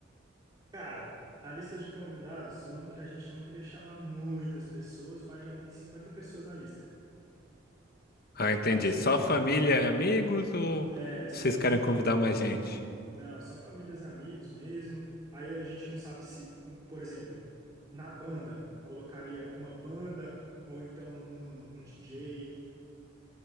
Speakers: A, on the right; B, on the left.
A: cara, a lista de convidados, eu não, a gente não queria chamar muitas pessoas, mas já tem 50 pessoas na lista.
B: Ah,
A: Então,
B: entendi.
A: assim,
B: Só família e amigos ou
A: é só
B: vocês
A: família.
B: querem convidar mais gente?
A: Não, só famílias e amigos mesmo. Aí a gente não sabe se, por exemplo, na banda, colocaria uma banda, ou então um, um DJ,